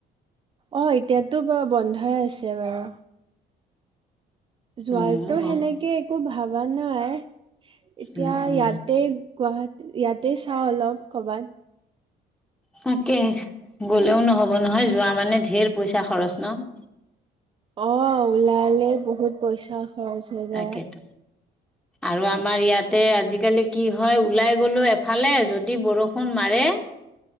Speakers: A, on the right (about 30°); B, in the centre.
A: অ' এতিয়াতো বাৰ-বন্ধই আছে বাৰু। যোৱাৰটো
B: মোৰো বন্ধ।
A: হেনেকে একো ভাব হোৱা নাই! এতিয়া
B: উম উম
A: ইয়াতে গুৱাহাটী ইয়াতে চাওঁ অলপ ক'বাত।
B: তাকে গ'লেও নহ'ব নহয় যোৱা মানে ঢেৰ পইচা খৰচ ন'?
A: অ' ওলালে বহুত পইচা। দশহেজাৰ
B: তাকেতো। আৰু আম আমাৰ ইয়াতে আজিকালি কি হয় ওলাই গ'লো এফালে, যদি বৰষুণ মাৰে,